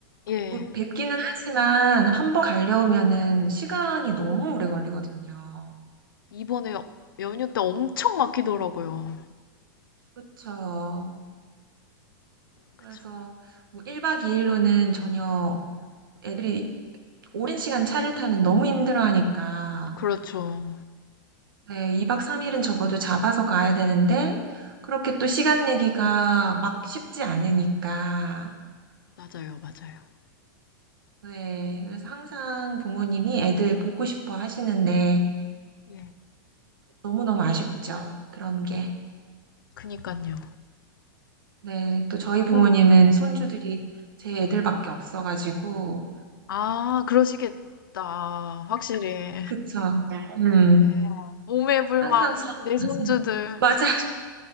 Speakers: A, on the left; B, on the right.
A: 예.
B: 뭐 뵙기는 하지만 한번 가려면은 시간이 너무 오래 걸리거든요.
A: 이번에 연휴 때 엄청 막히더라고요.
B: 그쵸.
A: 그쵸.
B: 그래서 뭐 1박 2일로는 전혀 애들이 오랜 시간 차를 타면 너무 힘들어하니까
A: 그렇죠.
B: 네, 2박 3일은 적어도 잡아서 가야 되는데 그렇게 또 시간 내기가 막 쉽지 않으니까
A: 맞아요, 맞아요.
B: 네, 그래서 항상 부모님이 애들 보고 싶어 하시는데
A: 예.
B: 너무너무 아쉽죠. 그런 게.
A: 그니까요.
B: 네, 또 저희
A: 그,
B: 부모님은 손주들이 제 애들밖에 없어가지고
A: 아, 그러시겠다. 확실히.
B: 그쵸. 음,
A: 네. 오매불망,
B: 항상 서운하지.
A: 내 손주들.
B: 맞아.